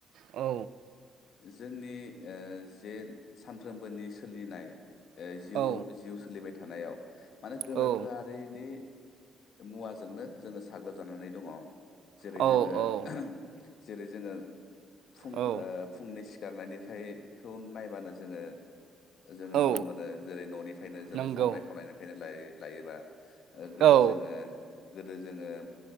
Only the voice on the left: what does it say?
जोंनि ओ जेन सानफ्रोमबोनि सोलिनाय ओ जिउ
जिउ सोलिबाय थानायाव माने गोनोखोआरिनि
मुवाजोंनो जोङो साग्लोबजानानै दङ जेरै
जोङो ओह जेरै जोङो फुं
ओ फुंनि सि गारनायनिफ्रायखौ नायबानो जोङो जोङो नुनो
मोनो जेरै न'निफ्रायनो जोंनि
संनाय खावनायनिफ्रायनो लायो लायोबा ओ गोदो
जोङो गोदो जोङो